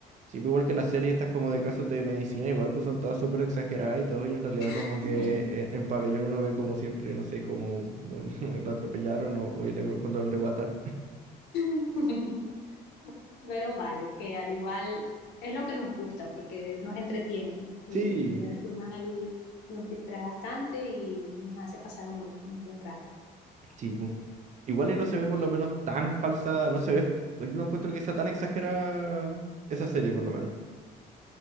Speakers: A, on the right; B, on the left.
A: Sí, pues igual que las series estas como de casos de medicina, igual pues son todas súper exageradas y todo, y en realidad como
B: <laughs>
A: que en, en pabellón uno ve como siempre, no sé, como <laughs> lo atropellaron o, o viene con dolor de guata.
B: <laughs> Pero vale, que al igual es lo que nos gusta porque nos entretiene y
A: Sí,
B: al final nos distrae bastante y nos hace pasar un buen, un buen rato.
A: sí, pu. Igual y no se ve por lo menos tan falsa, no se ve, yo no encuentro que sea tan exagerada esa serie por lo menos.